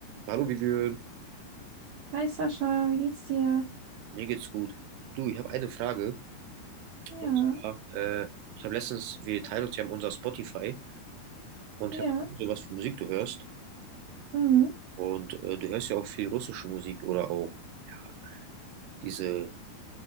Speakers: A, on the right; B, on the right.
A: Hallo Vivian,
B: Hi Sascha, wie geht's dir?
A: mir geht's gut. Du, ich habe eine Frage.
B: Ja,
A: Und zwar, äh, ich habe letztens, wir teilen uns ja unser Spotify und
B: ja.
A: ich habe sowas für Musik du hörst.
B: Mhm.
A: Und äh, du hörst ja auch viel russische Musik oder auch ja, diese, ja,